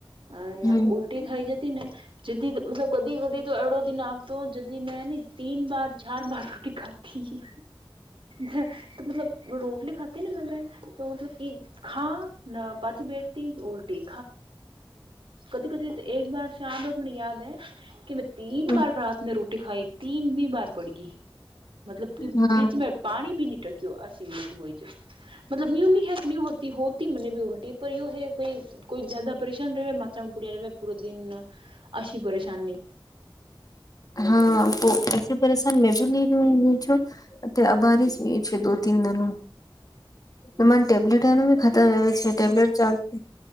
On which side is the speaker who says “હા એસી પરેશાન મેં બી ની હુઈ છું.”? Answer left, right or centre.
Left